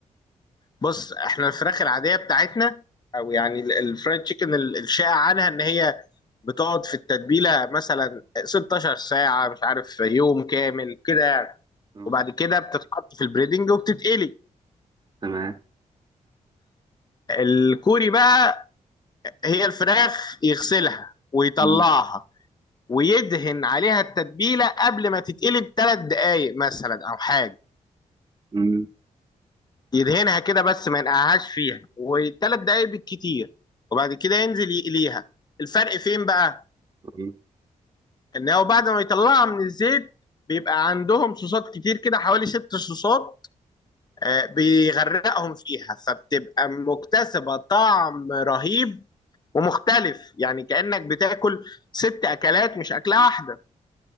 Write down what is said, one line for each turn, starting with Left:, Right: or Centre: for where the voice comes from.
Left: بص احنا الفراخ العادية بتاعتنا او يعني ال- الفرايد تشيكن ال- الشائع عنها ان هي بتقعد في التتبيله مثلا 16 ساعه مش عارف يوم كامل كده يعني
Right: اه
Left: وبعد كده بتتحط في البريدنج وبتتقلي
Right: تمام
Left: الكوري بقى هي الفراخ يغسلها ويطلعها
Right: مم.
Left: ويدهن عليها التتبيله قبل ما تتقلي بثلاث دقائق مثلا او حاجه
Right: مم.
Left: يدهنها كده بس ما ينقعهاش فيها وثلاث دقائق بالكتير وبعد كده ينزل يقليها الفرق فين بقى
Right: مم.
Left: ان هو بعد ما يطلعها من الزيت بيبقى عندهم صوصات كتير كده حوالي ست صوصات آه، بيغرقهم فيها فبتبقى مكتسبة طعم رهيب ومختلف يعني كأنك بتاكل ست أكلات مش أكلة واحدة